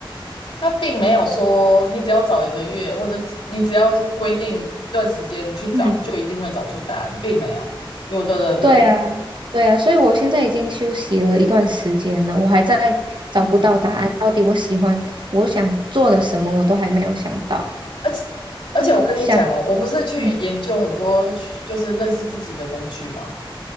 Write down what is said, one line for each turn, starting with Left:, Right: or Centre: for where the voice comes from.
Left: 他并没有说你只要找一个月，或者你只要是规定一段时间去找，
Right: 嗯，
Left: 就一定会找出答案，并没有。有的人，
Right: 对啊，对啊，所以我现在已经休息了一段时间了，我还在找不到答案，
Left: 嗯，
Right: 到底我喜欢我想做的什么，我都还没有想到。
Left: 而且而且我跟你讲哦，
Right: 但是想，
Left: 我不是去研究很多就是认识自己的工具嘛，
Right: 嗯